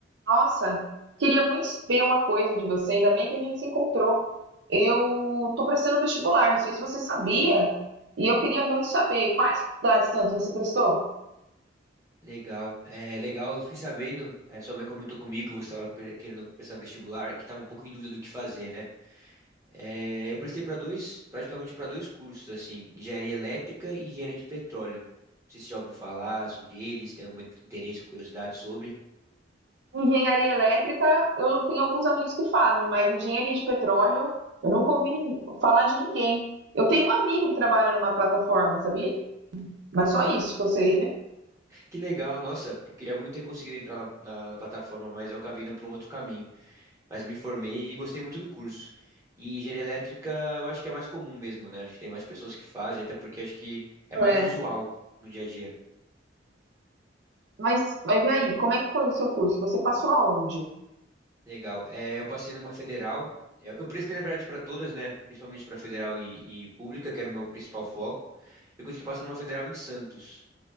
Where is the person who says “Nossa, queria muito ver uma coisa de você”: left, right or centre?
Right